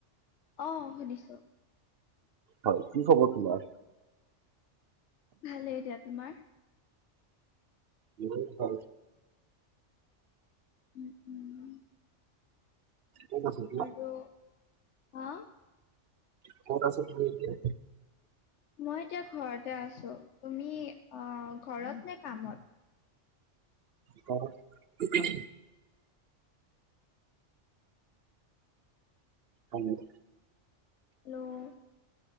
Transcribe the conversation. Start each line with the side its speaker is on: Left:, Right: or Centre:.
Left: অ', শুনিছোঁ।
Right: হয়, কি খবৰ তোমাৰ?
Left: ভালে দিয়া তোমাৰ
Right: <unintelligible>
Left: উম, উম।
Right: ক'ত আছা তুমি?
Left: আৰু হা?
Right: ক'ত আছা তুমি এতিয়া?
Left: মই এতিয়া ঘৰতে আছো, তুমি অ', ঘৰত নে কামত?
Right: <unintelligible> হেল্ল'?
Left: হেল্লো'?